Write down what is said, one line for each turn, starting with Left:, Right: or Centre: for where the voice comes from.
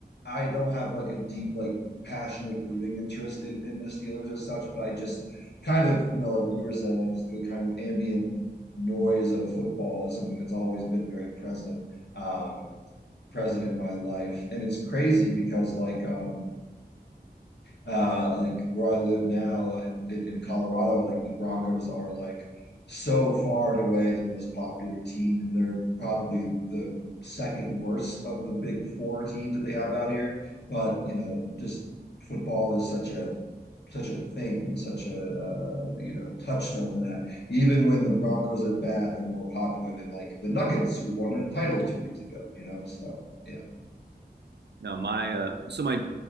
Left: I don't have like a deep like passionate rooting interest in, in the Steelers as such, but I just kind of, you know, like you were saying, like this the kind of ambient noise of football is something that's always been very present. Um, present in my life. And it's crazy because like um uh like where I live now I, in, in Colorado, like the Broncos are like so far and away the most popular team, and they're probably the second worst of the big four teams that they have out here. But you know, just football is such a such a thing and such a uh, you know touchstone that even when the Broncos are bad, they're more popular than like the Nuggets who won a title two years ago. You know, so yeah.
Right: No, my uh, so my